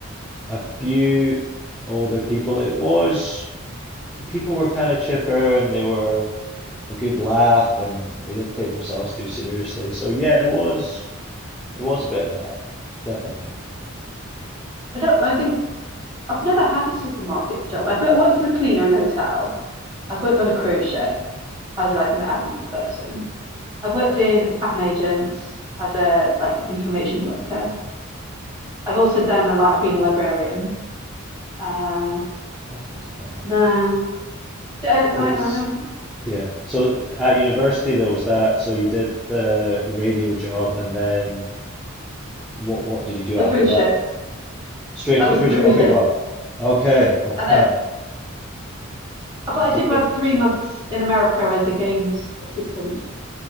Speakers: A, in the centre; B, on the right (about 20°).
A: a few older people. It was people were kind of chipper and they were a good laugh and they didn't take themselves too seriously. So yeah, there was there was a bit of that, definitely.
B: I don't, I think I've never had a supermarket job. I've wo- worked as a cleaner in a hotel. I've worked on a cruise ship as like an admin person. I've worked in a patent agents as a like an information worker. I've also done a lot. I've been a librarian. Uh,
A: That sounds a fun one.
B: no, I, I,
A: Was
B: I haven't-
A: Yeah. So at university though, was that so you did the radio job and then what what did you do
B: the
A: after
B: cruise
A: that?
B: ship.
A: Straight
B: That
A: to
B: was
A: the cruise
B: the cruise
A: ship. Okay,
B: ship.
A: wow. Okay, <laughs>
B: And then,
A: wow.
B: but I
A: That's
B: did
A: a big
B: work three
A: change.
B: months in America as a games assistant.